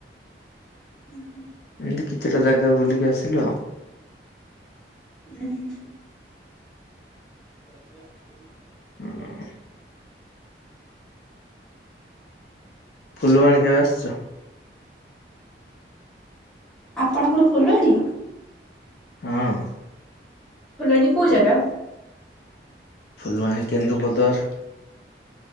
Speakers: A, in the centre; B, on the left.
A: ଉଁ ହୁଁ।
B: ଏମତି କିଛିଟା ଜାଗା ବୁଲିକି ଆସିଲୁ ଆଉ।
A: ଉ ହୁଁ। <inaudible>
B: <inaudible> ଫୁଲବାଣୀ କେବେ ଆସଚ?
A: ଆପଣଙ୍କର ଫୁଲବାଣୀ
B: ହଁ।
A: ଫୁଲବାଣୀ କୋଉ ଜାଗା?
B: ଫୁଲବାଣୀ କେନ୍ଦୁପଦର